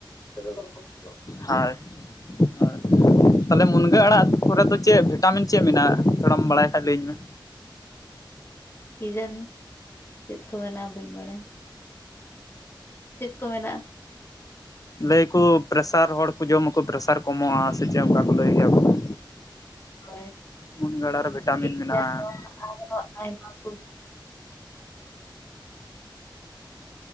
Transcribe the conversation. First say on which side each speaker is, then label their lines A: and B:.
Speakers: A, on the left; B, on the left.
A: <inaudible>
B: ᱦᱳᱭ᱾ <inaudible> ᱛᱟᱦᱚᱞᱮ ᱢᱩᱱᱜᱟᱹ ᱟᱲᱟᱜ ᱠᱚᱨᱮ ᱫᱚ ᱪᱮᱫ ᱵᱷᱤᱴᱟᱢᱤᱱ ᱪᱮᱫ ᱢᱮᱱᱟᱜᱼᱟ ᱛᱷᱚᱲᱟᱢ ᱵᱟᱲᱟᱭ ᱠᱷᱟᱡ ᱞᱟᱹᱭᱟᱹᱧ ᱢᱮ᱾
A: ᱠᱤ ᱡᱟᱱᱤ ᱪᱮᱫ ᱠᱚ ᱢᱮ ᱵᱟᱹᱧ ᱵᱟᱲᱟᱭᱟ᱾ ᱪᱮᱫ ᱠᱚ ᱢᱮᱱᱟᱜᱼᱟ?
B: ᱞᱟᱹᱭᱟᱠᱩ ᱯᱨᱮᱥᱟᱨ ᱦᱚᱲ ᱠᱩ ᱡᱚᱢᱟᱠᱚ ᱯᱨᱮᱥᱟᱨ ᱠᱚᱢᱚᱜᱼᱟ ᱥᱮ ᱪᱮᱫ ᱚᱱᱠᱟ ᱠᱚ ᱞᱟᱹᱭ ᱜᱮᱭᱟ ᱠᱚ᱾ <inaudible>
A: ᱦᱳᱭ
B: ᱢᱩᱱᱜᱟᱹ ᱟᱲᱟᱜ ᱨᱮ ᱵᱷᱤᱴᱟᱢᱤᱱ
A: ᱴᱷᱤᱠ
B: ᱢᱮᱱᱟᱜᱼᱟ
A: ᱜᱮᱭᱟ ᱠᱚ ᱟᱨᱦᱚ ᱟᱭᱢᱟ <inaudible>